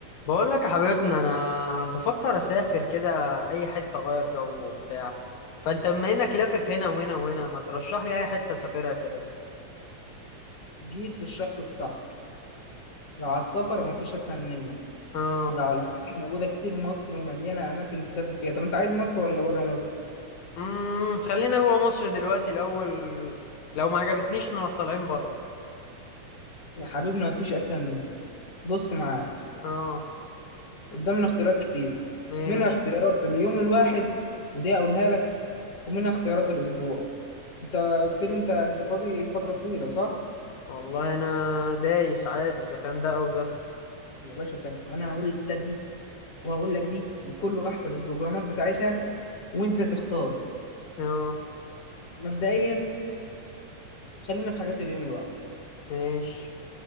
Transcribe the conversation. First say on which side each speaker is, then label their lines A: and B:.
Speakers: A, on the left (about 80°); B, on the left (about 55°).
A: بقول لك يا حبيبنا انا بفكر اسافر كده اي حته اغير جو وبتاع فانت بما انك لافف هنا وهنا وهنا ما ترشح لي اي حته اسافرها كده
B: جيت للشخص الصح لو على السفر مفيش أسهل منه
A: اه
B: لو على الأكل موجودة كتير مصر مليانة أماكن تسافر فيها طب أنت عايز مصر ولا برا مصر؟
A: امم خلينا جوه مصر دلوقتي الاول لو ما عجبتنيش نروح طالعين بره
B: يا حبيبنا مفيش أسهل منه بص معايا
A: اه
B: قدامنا اختيارات كتير
A: ماشي
B: منها اختيارات اليوم الواحد ودي أقولها لك ومنها اختيارات الأسبوع أنت قلت لي أنت أنت فاضي فترة طويلة صح؟
A: والله انا دايس عادي اذا كان ده او ده
B: يا باشا سهل أنا هقول لك دي وهقول لك دي وكل واحدة بالبروجرامات بتاعتها وأنت تختار
A: اه
B: مبدئيا خلينا في حاجات اليوم الواحد
A: ماشي